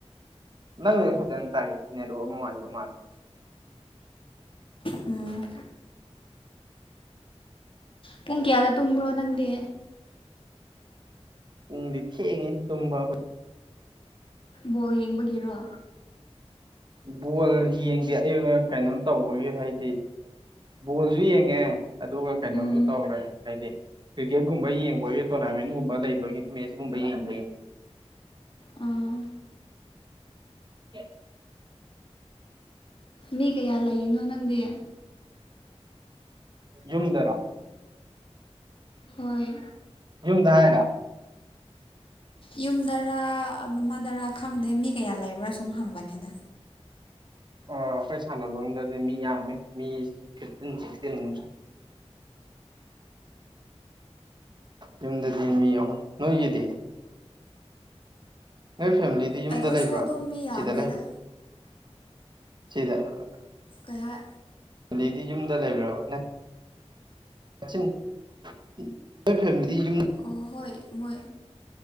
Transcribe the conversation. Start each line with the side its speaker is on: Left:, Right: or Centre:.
Right: ꯅꯪꯅꯦ ꯐꯖꯅ ꯇꯥꯏ ꯅꯦꯠꯋꯥꯛ ꯑꯃꯉꯥꯏꯕ ꯃꯥꯜꯜꯂꯤꯦ
Left: ꯎꯝ ꯄꯨꯡ ꯀꯌꯥꯗ ꯇꯨꯝꯕ꯭ꯔꯣ ꯅꯪꯗꯤ
Right: ꯎꯝꯗꯤ ꯊꯦꯡꯉꯦ ꯇꯨꯝꯕ
Left: ꯕꯣꯜ ꯌꯦꯡꯕꯒꯤꯔꯣ
Right: ꯕꯣꯜ ꯌꯦꯡꯗꯦ ꯑꯩ ꯀꯩꯅꯣꯝ ꯇꯧꯕꯒꯤꯦ ꯍꯥꯏꯗꯤ ꯕꯣꯜꯁꯨ ꯌꯦꯡ ꯑꯦ ꯑꯗꯨꯒ ꯀꯩꯅꯣꯁꯨ
Left: ꯎꯝ
Right: ꯇꯧꯔꯦ ꯍꯥꯏꯗꯤ ꯀꯤꯔꯤꯛꯀꯦꯠꯀꯨꯝꯕ ꯌꯦꯡꯕꯒꯤ ꯇꯣꯔꯅꯥꯃꯦꯟꯒꯨꯝꯕ ꯂꯩꯕꯒꯤ ꯃ ꯁꯤꯒꯨꯝꯕ ꯌꯦꯡꯕꯒꯤ
Left: ꯑꯥ
Right: <unintelligible>
Left: ꯃꯤ ꯀꯌꯥ ꯂꯩꯔꯤꯅꯣ ꯅꯪꯗꯤ
Right: ꯖꯨꯝꯗꯔꯥ
Left: ꯍꯣꯏ
Right: ꯌꯨꯝꯗꯔꯥ
Left: ꯌꯨꯝꯗꯔꯥ ꯑꯃꯗꯔꯥ ꯈꯪꯗꯦ ꯃꯤ ꯀꯌꯥ ꯂꯩꯕ꯭ꯔꯥ ꯁꯨꯝ ꯍꯪꯕꯅꯦꯗ
Right: ꯑꯣ ꯑꯩꯈꯣꯏ ꯁꯥꯟꯅꯕ ꯑꯃꯗꯗꯤ ꯃꯤ ꯌꯥꯝꯃꯦ ꯃꯤ ꯐꯤꯐꯇꯤꯟ ꯁꯤꯛꯁꯇꯤꯟ ꯑꯃꯁꯨ ꯌꯨꯝꯗꯗꯤ ꯃꯤ ꯑꯍꯨꯝ ꯅꯣꯏꯒꯤꯗꯤ ꯅꯣꯏ ꯐꯦꯃꯤꯂꯤꯗꯤ ꯌꯨꯝꯗ
Left: ꯑꯩꯈꯣꯏꯁꯨ
Right: ꯂꯩꯕ꯭ꯔꫭ
Left: ꯑꯗꯨꯝ ꯃꯤ ꯌꯥꯝꯃꯦꯗ
Right: ꯁꯤꯗ ꯂꯩꯕ꯭ꯔꫭ ꯁꯤꯗ
Left: ꯀꯩꯥꯍꯥꯥꯏ
Right: ꯐꯦꯝꯂꯤꯗꯤ ꯌꯨꯝꯗ ꯂꯩꯕ꯭ꯔꯕ <unintelligible> ꯐꯦꯃꯤꯂꯤꯗꯤ
Left: ꯑꯣ ꯍꯣꯏ ꯃꯣꯏ